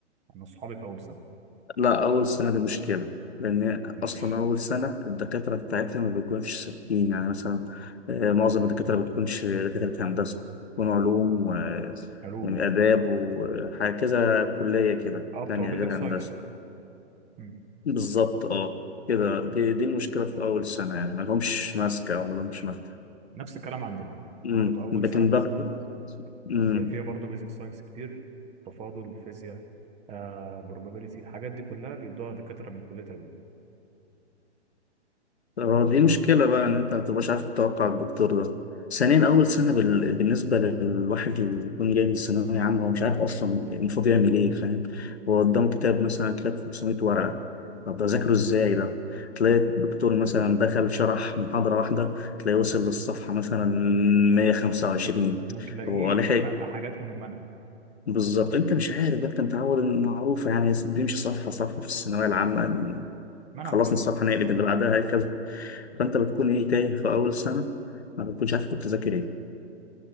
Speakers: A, on the right (about 20°); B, on the left (about 65°).
A: انا اصحابي في اول سنة
B: لا أول سنة دي مشكلة لأن
A: ماشي
B: أصلا أول سنة الدكاترة بتاعتها ما بيكونش ثابتين يعني مثلا آه، معظم الدكاترة ما بتكونش دكاترة هندسة بتكون علوم و-
A: علوم
B: وآداب وحاجة كذا كلية كده
A: اه بتوع
B: تانية
A: بيزك
B: غير
A: ساينس
B: هندسة
A: بقى مم.
B: بالظبط اه كده دي دي المشكلة في أول سنة يعني ملهمش ماسكة أو ملهمش ماسكة
A: نفس الكلام عندنا
B: أمم،
A: برضه اول
B: لكن
A: سنة في
B: بقى
A: حاسبات
B: أمم،
A: بيبقى فيها برضه بيزك ساينس كتير تفاضل فيزياء آه probability الحاجات دي كلها بيدوها دكاترة من كلية علوم
B: اه دي مشكلة بقى إن أنت متبقاش عارف تتوقع الدكتور ده ثانيا أول سنة بال... بالنسبة للواحد اللي يكون جاي من الثانوية عامة هو مش عارف أصلا المفروض يعمل إيه فاهم هو قدامه كتاب مثلا كتاب 500 ورقة طب ده ذاكره إزاي ده تلاقي الدكتور مثلا دخل شرح محاضرة واحدة تلاقيه وصل للصفحة مثلا 125
A: وتلاقيه
B: هو لحق
A: نقى حاجات من المنهج
B: بالظبط انت مش عارف ده انت متعود ان معروفه يعني بيمشي صفحه صفحه في الثانويه العامه
A: المنهج
B: خلصنا
A: كله
B: الصفحه نقلب اللي بعدها هكذا
A: بالظبط
B: فانت بتكون ايه تايه في اول سنه ما بتكونش عارف كنت تذاكر ايه